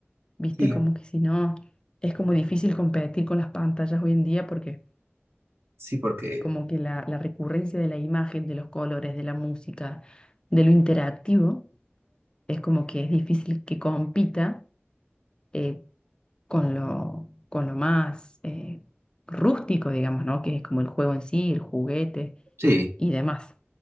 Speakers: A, on the left (about 20°); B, on the right (about 65°).
A: Viste,
B: Sí,
A: como que si no, es como difícil competir con las pantallas hoy en día porque
B: sí, porque
A: como que la, la recurrencia de la imagen, de los colores, de la música, de lo interactivo es como que es difícil que compita eh, con lo, con lo más eh, rústico, digamos, ¿no? Que es como el juego en sí, el juguete
B: sí,
A: y demás.